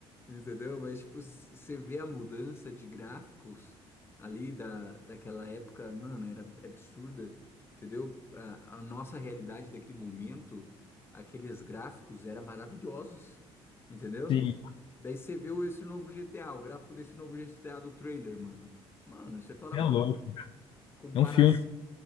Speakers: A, on the left (about 20°); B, on the left (about 55°).
A: entendeu? Mas, tipo, s- você vê a mudança de gráficos ali da, daquela época, mano, era absurda, entendeu? A, a nossa realidade daquele momento, aqueles gráficos eram maravilhosos, entendeu?
B: sim,
A: Daí você vê o- esse novo G T A o gráfico desse novo G T A do trailer, mano. Mano, você fala,
B: é
A: mano,
B: louco.
A: compara.
B: É um filme.